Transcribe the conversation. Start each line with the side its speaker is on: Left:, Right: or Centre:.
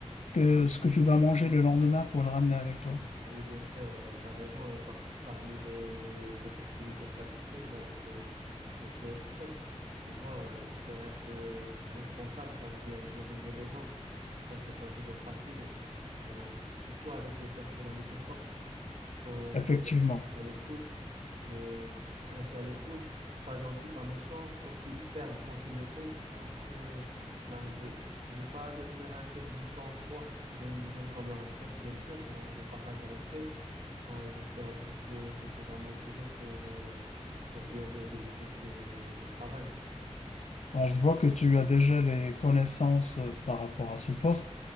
Left: que ce que tu vas manger le lendemain pour le ramener avec toi.
Right: Oui, bien sûr, tu as raison. Et par- parmi les, les, les opportunités que tu as citées, ben, c'est c'est- c'est être chef. Tu vois, euh, je serais un peu responsable, ça veut dire diriger les gens. Ça, c'est pas toujours facile. Ben, tu- surtout avec des personnalités fortes. Faut,
Left: Effectivement.
Right: faut que je reste à l'écoute, mais rester à l'écoute, pas gentil, pas méchant, aussi ferme quand il le faut. Donc, euh, ben, je veux, je veux pas devenir un chef distant, froid. J'aime, j'aime qu'on me respecte, bien sûr, qu'on qu'on partage le respect. Ben, j'espère aussi que, que ça va me motiver pour, euh, pour bien, bien débuter ce, ce travail.
Left: Alors, je vois que tu as déjà les connaissances euh, par rapport à ce poste.